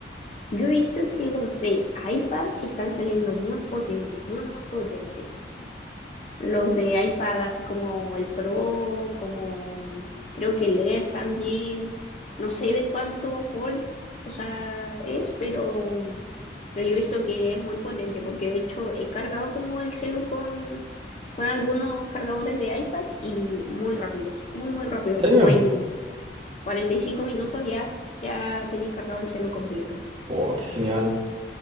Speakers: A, on the left; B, on the right.
A: Yo he visto que los de iPad están saliendo muy potentes, muy, muy potentes. los de iPad, así como el Pro, como creo que el Air también. No sé de cuánto volt, o sea, es, pero, pero yo he visto que es muy potente, porque de hecho he cargado como el celu con, con algunos cargadores de iPad y muy rápidos, muy, muy rápidos.
B: ¿En
A: Como
B: serio?
A: en 45 minutos ya, ya tenéis cargado el celu completo.
B: Oh, qué genial.